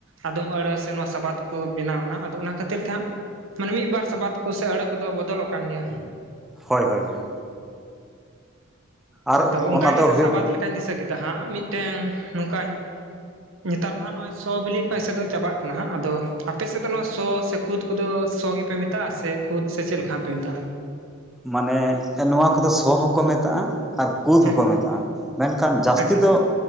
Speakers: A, on the right; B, in the centre.
A: ᱟᱫᱚᱢ ᱟᱹᱲᱟᱹ ᱥᱮ ᱱᱚᱣᱟ ᱥᱟᱵᱟᱫ ᱠᱚ ᱵᱮᱱᱟᱣᱱᱟ ᱟᱫᱚ ᱚᱱᱟ ᱠᱷᱟᱹᱛᱤᱨ ᱛᱮᱦᱟᱸᱜ ᱢᱟᱱᱮ ᱢᱤᱫᱵᱟᱨ ᱥᱟᱵᱟᱫ ᱠᱚ ᱥᱮ ᱟᱹᱲᱟᱹ ᱠᱚᱫᱚ ᱵᱚᱫᱚᱞᱚᱜ ᱠᱟᱱ ᱜᱮᱭᱟ
B: ᱦᱚᱭ ᱦᱚᱭ ᱦᱚᱭ ᱟᱨ
A: ᱟᱫᱚ ᱚᱱᱠᱟᱜᱮ
B: ᱚᱱᱟ ᱫᱚ
A: ᱥᱮ
B: ᱦᱩᱭᱩᱜ
A: ᱥᱟᱵᱟᱫ
B: ᱜᱮᱭᱟ
A: ᱞᱮᱠᱟᱧ ᱫᱤᱥᱟᱹ ᱠᱮᱫᱟ ᱦᱟᱸᱜ ᱢᱤᱫᱴᱟᱹᱝ ᱱᱚᱝᱠᱟᱧ ᱱᱮᱛᱟᱨ ᱢᱟᱦᱟᱜ ᱱᱚᱜ ᱚᱭ ᱥᱚ ᱵᱤᱞᱤ ᱠᱷᱚᱡ ᱮᱥᱮᱫ ᱫᱚ ᱪᱟᱵᱟᱜ ᱠᱟᱱᱟ ᱦᱟᱜ ᱟᱫᱚ ᱟᱯᱮᱥᱮᱫ ᱫᱚ ᱱᱚᱣᱟ ᱥᱚ ᱥᱮ ᱠᱩᱫᱽ ᱠᱩᱫᱚ ᱥᱚ ᱜᱮᱯᱮ ᱢᱮᱛᱟᱜ-ᱟ ᱥᱮ ᱠᱩᱫᱽ ᱥᱮ ᱪᱮᱫ ᱞᱮᱠᱟ ᱦᱟᱜ ᱯᱮ ᱢᱮᱛᱟᱜ-ᱟ
B: ᱢᱟᱱᱮ ᱱᱚᱣᱟ ᱠᱚᱫᱚ ᱥᱚ ᱦᱚᱸᱠᱚ ᱢᱮᱛᱟᱜ-ᱟ ᱟᱨ ᱠᱩᱫᱽ
A: ᱦᱮᱸ
B: ᱦᱚᱸᱠᱚ
A: ᱦᱮᱸ
B: ᱢᱮᱛᱟᱜ-ᱟ ᱢᱮᱱᱠᱷᱟᱱ ᱡᱟᱹᱥᱛᱤ
A: ᱟᱪᱪᱷᱟ ᱟᱪᱪᱷᱟ
B: ᱫᱚ